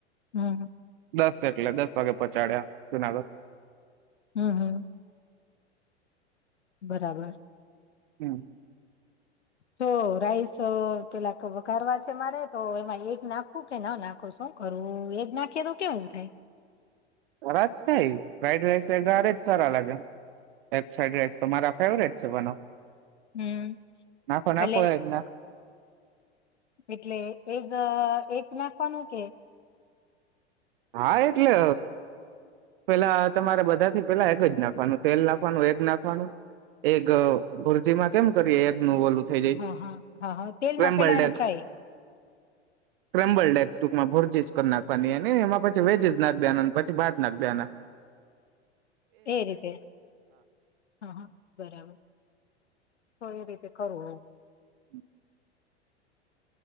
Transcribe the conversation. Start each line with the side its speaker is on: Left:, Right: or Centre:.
Left: હમ
Right: દસ એટલે દસ વાગે પહોચાડ્યા જુનાગઢ
Left: હમ હમ બરાબર
Right: હમ
Left: તો રાઈસ પેલા વગારવા છે મારે તો એમાં એગ નાખવું કે ના નાખવું શું કરવું એગ નાખીએ તો કેવું થાય
Right: સારા જ થાય ફ્રાડ રાઈસ એગ જ સારા લાગે ફ્રાડ રાઈસ તો મારા ફેવરેટ છે બનો
Left: હમ
Right: નાખો નાખો
Left: એલે
Right: એગ નાખો
Left: એટલે એગ એક નાખવાનું કે
Right: હા એટલે પેલા તમારે બધાથી પેલા એગ જ નાખવાનું તેલ નાખવાનું એગ નાખવાનું એગ ભુરજીમાં કેમ કરીએ એગનું ઓલું થઈ જાય
Left: હા હા હા હા તેલમાં
Right: સ્ક્રેમ્બલ
Left: પેલા
Right: ડેક
Left: એને ફ્રાય
Right: સ્કમ્બલ ડેક ટૂંકમાં ભોર ચજ કરી નાખવાની ને એમાં પછી વેજીસ નાખ દેના પછી ભાત નાખ દેના
Left: એ રીતે હા હ બરાબર એ રીતે કરો
Right: <inaudible>